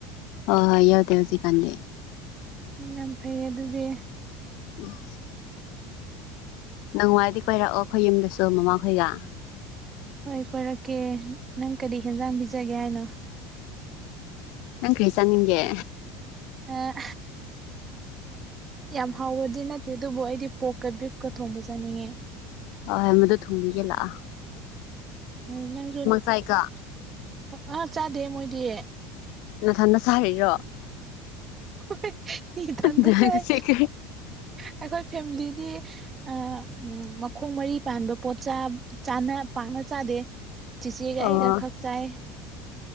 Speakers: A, on the left; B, on the right.
A: ꯍ‌ꯣ ꯍꯣꯏ ꯌꯥꯎꯗꯦ ꯍꯧꯖꯤꯛꯀꯥꯟꯗꯤ
B: ꯎꯝ ꯌꯥꯝ ꯐꯩ ꯑꯗꯨꯗꯤ
A: ꯎꯝ ꯅ‌ꯣꯡꯋꯥꯏꯗꯤ ꯀꯣꯏꯔꯑꯣ ꯑꯩꯈꯣꯏ ꯌꯨꯝꯗꯁꯨ ꯃꯃꯥꯈꯣꯏꯒ
B: ꯍꯣꯏ ꯀꯣꯏꯔꯛꯀꯦ ꯅꯪ ꯀꯔꯤ ꯍꯦꯟꯖꯥꯡ ꯄꯤꯖꯒꯦ ꯍꯥꯏꯅꯣ
A: ꯅꯪ ꯀ꯭ꯔꯤ ꯆꯥꯅꯤꯡꯒ‌ꯦ
B: ꯑꯦ ꯌꯥꯝ ꯍꯥꯎꯕꯗꯤ ꯅꯠꯇꯦ ꯑꯗꯨꯕꯨ ꯑꯩꯗꯤ ꯄꯣꯛꯀ ꯕꯤꯐꯀ ꯊꯣꯡꯕ ꯆꯠꯅꯤꯡꯉꯦ
A: ꯍ‌ꯣꯍ‌ꯣꯏ ꯃꯗꯨ ꯊꯣꯡꯕꯤꯒꯦ ꯂꯥꯑꯣ
B: ꯍꯣꯏ ꯅꯪꯁꯨ
A: ꯆꯥꯏꯀꯣ
B: ꯑꯥ ꯆꯥꯗꯦ ꯃꯣꯏꯗꯤ
A: ꯅꯥꯊꯟꯗ ꯆꯥꯔꯤꯔꯣ
B: ꯍ ꯏꯊꯟꯗ
A: ꯅꯪꯁꯦ
B: ꯆꯥꯏ
A: ꯀꯔꯤ
B: ꯑꯩꯈꯣꯏ ꯐꯦꯃꯤꯂꯤꯗꯤ ꯑ ꯎꯝ ꯃꯈꯣꯡ ꯃꯔꯤ ꯄꯥꯟꯕ ꯄꯣꯠ ꯆꯥ ꯆꯥꯅ ꯄꯥꯛꯅ ꯆꯥꯗꯦ ꯆꯤꯆꯦꯒ
A: ꯑꯣ
B: ꯑꯩꯒ ꯈꯛ ꯆꯥꯏ